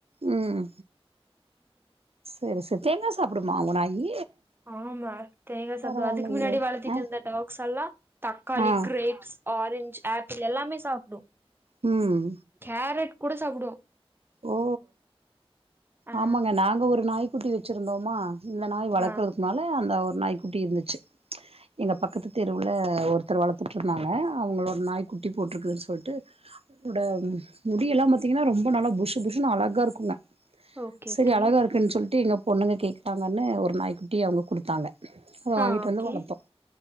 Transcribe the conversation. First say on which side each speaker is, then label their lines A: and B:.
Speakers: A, on the right; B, on the right.
A: ம் சரி சரி தேங்கா சாப்டுமா உங்க நாயி
B: ஆமா தேங்கா சாப்டும்
A: பரவாயில்லையே
B: அதுக்கு முன்னாடி வளத்திட்டு
A: ஆ
B: இருந்த டாக்ஸ் எல்லாம் தக்காளி
A: ஆ
B: கிரேப்ஸ் ஆரஞ்ச் ஆப்பிள் எல்லாமே சாப்டும்
A: ம்
B: கேரட் கூட சாப்டும்
A: ஓ
B: ஆ
A: ஆமாங்க நாங்க ஒரு நாய்க்குட்டி வச்சிருந்தோமா இந்த நாய் வளக்கறதுக்கு
B: ஆ
A: முன்னால அந்த ஒரு நாய்க்குட்டி இருந்துச்சு எங்க பக்கத்து தெருவுல ஒருத்தர் வளர்த்துட்டுருந்தாங்க அவங்களோட நாய் குட்டி போட்ருக்குதுன்னு சொல்ட்டு அதோட முடி எல்லாம் பாத்தீங்கனா ரொம்ப நல்லா புஸ்புஸ்னு அழகா இருக்குங்க
B: ஓகே
A: சரி
B: ஓகே
A: அழகா இருக்குங்க ருப்பேன்னு சொல்லிட்டு எங்க பொண்ணுங்க கேக்குறாங்கன்னு ஒரு நாய்க்குட்டி அவுங்க குடுத்தாங்க அத வாங்கிட்டு
B: ஆ ஓகே
A: வந்து வளத்தோம்